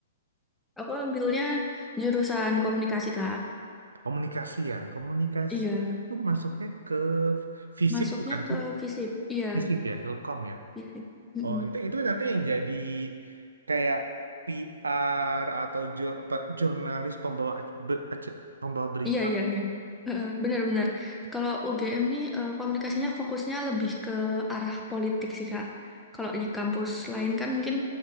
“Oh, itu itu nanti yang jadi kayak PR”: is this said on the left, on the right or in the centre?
Right